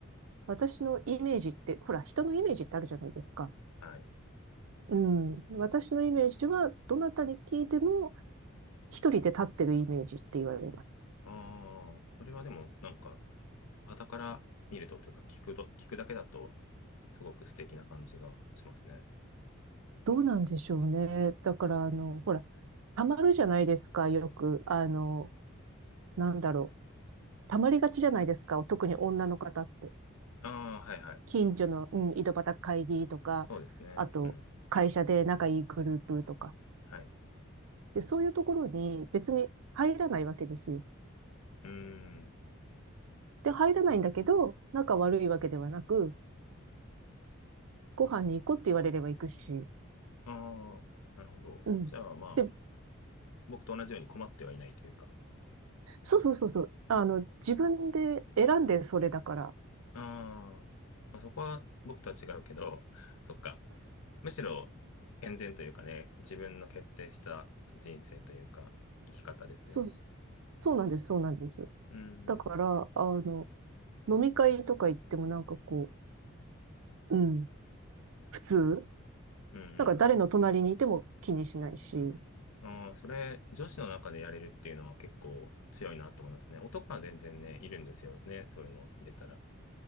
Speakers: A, on the right; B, on the left.
A: 私のイメージって、ほら、人のイメージってあるじゃないですか。
B: はい。
A: うん。私のイメージは、どなたに聞いても、一人で立ってるイメージって言われます。
B: ああ、それはでも、なんか、傍から見るとというか、聞くど、聞くだけだと、すごく素敵な感じがしますね。
A: どうなんでしょうね。だから、あの、ほら、溜まるじゃないですか、よく。あの、なんだろう。溜まりがちじゃないですか、特に女の方って。
B: ああ、はいはい。
A: 近所の、うん、井戸端会議とか、
B: そうですね。
A: あと、
B: うん。
A: 会社で仲いいグループとか。
B: はい。
A: で、そういうところに別に入らないわけですよ。
B: うーん。
A: で、入らないんだけど、仲悪いわけではなく、ご飯に行こうって言われれば行くし、
B: ああ、なるほど。
A: うん。
B: じゃあ、まあ、
A: で、
B: 僕と同じように困ってはいないというか。
A: そうそうそうそう。あの、自分で選んでそれだから。
B: ああ、まあ、そこは僕とは違うけど、<laughs> そっか。むしろ健全というかね、自分の決定した人生というか、生き方ですね。
A: そう、そうなんです、そうなんです。
B: うん、
A: だから、
B: うん、
A: あの、飲み会とか行ってもなんかこう、うん、普通
B: うん、
A: なんか誰の隣にいても気にしないし。
B: うん。ああ、それ、女子の中でやれるっていうのは結構強いなと思いますね。男は全然ね、いるんですよね。そういうの入れたら。